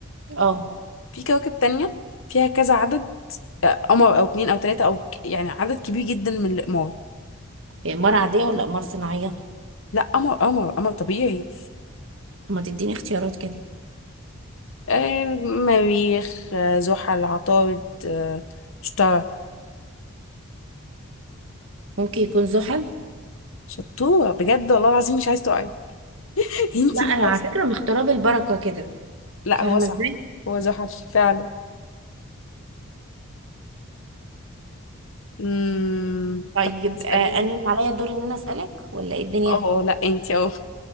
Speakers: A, on the right; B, on the left.
A: اه
B: في كواكب تانية فيها كذا عدد آه، قمر او اتنين او تلاتة او ك- يعني عدد كبير جدا من الاقمار
A: هي إمارة عادية ولا إمارة صناعية؟
B: لا قمر قمر قمر طبيعي
A: طب ما تديني اختيارات كده
B: آه مريخ آه زحل عطارد آه شطارة
A: ممكن يكون زحل
B: شطورة بجد والله العظيم مش عايز تقعي <laughs> انتي
A: لا أنا
B: مش عايز
A: على فكرة
B: تقعي
A: مختارة بالبركة كده
B: لا
A: فاهمة
B: هو صح
A: ازاي؟
B: هو زحل فعلا امم
A: طيب
B: طب اسأليني
A: آه، أنا اللي عليا الدور إن أنا أسألك ولا إيه الدنيا؟
B: اه لا انتي اه